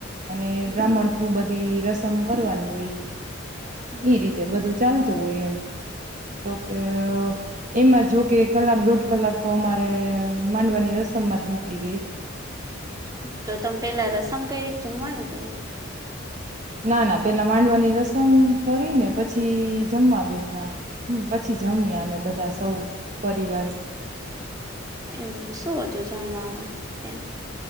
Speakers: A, on the right; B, on the right.
A: અને
B: હમ
A: બ્રાહ્મણું બધ રસમ કરવાની હોય. <inaudible>
B: હમ
A: એ
B: હમ
A: રીતે બધું જ ચાલતું હોય એમ તો કે એમાં જો કે કલાક દોઢ કલાક તો અમારે માંડવાની રસમમાં જ નીકળી ગઈ.
B: તો તમે પેલા રસમ કઈ રીતે જમવાનું ક્યું.
A: ના ના પેલા માંડવાની. રસમ કરીને પછી જમવા બેઠા હમ પછી જમ્યા અમે બધા સૌ પરિવાર.
B: એવું તો શું હતું જમવાવામાં ત્યાં.